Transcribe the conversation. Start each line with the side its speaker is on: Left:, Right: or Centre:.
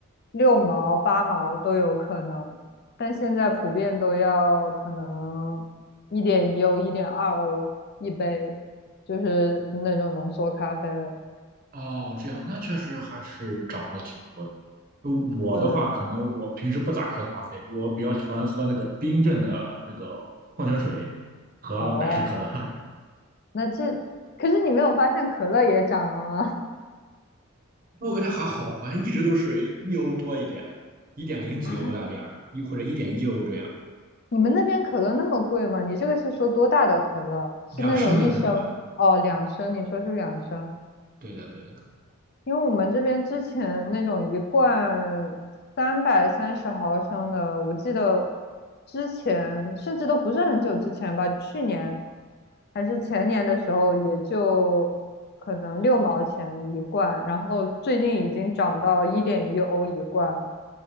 Left: 六毛八毛都有可能，但现在普遍都要可能一点一欧一点二欧一杯，就是那种浓缩咖啡了。
Right: 哦，这样，那确实还是涨了挺多的。呃我的话，
Left: 对，
Right: 可能我平时不咋喝咖啡，我比较喜欢喝那个冰镇的那个矿泉水和百事可乐。
Left: 哦，
Right: <laughs>
Left: 那这可是你没有发现可乐也涨了吗？
Right: 我感觉还好吧，好像一直都是一欧多一点，一点零几欧呀，
Left: <laughs> 啊，
Right: 这样的，一或者一点一欧这样，
Left: 你们那边可乐那么贵吗？你这个是说多大的可乐？
Right: 两升的那种啊。
Left: 是那种一升？哦，两升？你说是两升？
Right: 对的，对的。
Left: 因为我们这边之前那种一罐三百三十毫升的，我记得之前甚至都不是很久之前吧，去年还是前年的时候，也就可能六毛钱一罐，然后最近已经涨到一点一欧一罐了，